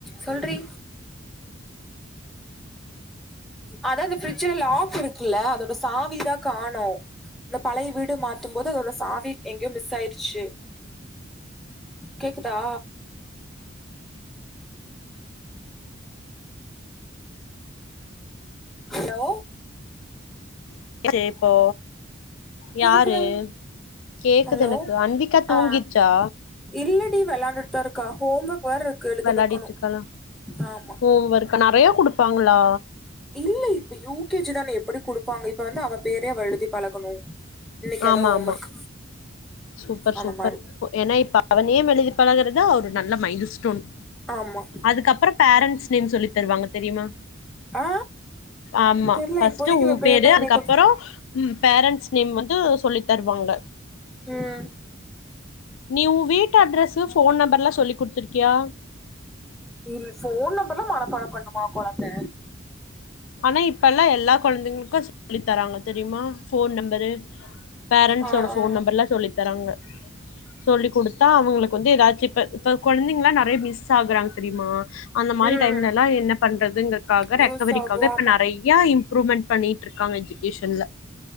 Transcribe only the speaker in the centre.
சொல்றீ அதா அந்த ஃப்ரிட்ஜுல லாக் இருக்குல்ல அதோட சாவிதா காணு இந்த பழைய வீடு மாத்தும்போது அதோட சாவி எங்கயோ மிஸ் ஆயிருச்சு கேக்குதா ஹலோ
கேக்கல
ஹலோ
ஆ இல்லடி வெளாண்டுட்டு தா இருக்கா ஹோம் ஒர்க் வேற இருக்கு எழுத
வெக்கணு ஆமா
இல்ல இப்ப யூ கே ஜி தான எப்டி குடுப்பாங்க இப்ப வந்து அவ பேரே அவ எழுதிப் பழகணு இன்னக்கி
அதா ஓம்
ஒர்க்
அந்த
மாரி
ஆமா
ஆ
தெர்ல
இப்போதைக்கு
இவ
பேர் தா
இன்னைக்கு
ம்
இல் ஃபோன் நம்பர்லா மனப்பாடம் பண்ணுமா கொழந்த
ஆ
ஆ
ம்
யூஸ்
ஆகு
ஆமா